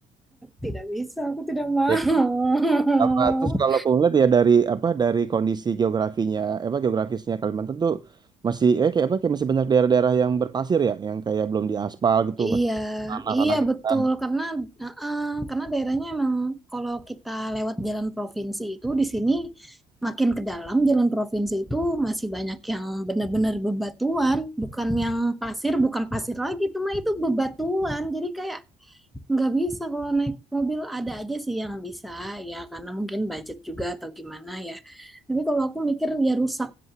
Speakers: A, in the centre; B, on the right.
A: tidak bisa aku tidak mau
B: ya.
A: <laughs>
B: Sama terus kalau Aku ngeliat ya dari apa dari kondisi geografinya apa geografisnya Kalimantan tuh masih eh kayak apa kayak masih banyak daerah-daerah yang berpasir ya yang kayak belum diaspal gitu
A: Iya,
B: masih tanah-tanah
A: iya
B: gitu
A: betul
B: kan.
A: karena heeh, karena daerahnya emang kalau kita lewat jalan provinsi itu di sini makin ke dalam jalan provinsi itu masih banyak yang benar-benar bebatuan, bukan yang pasir, bukan pasir lagi itu mah itu bebatuan. Jadi kayak nggak bisa kalau naik mobil ada aja sih yang bisa ya karena mungkin budget juga atau gimana ya. Tapi kalau aku mikir ya rusak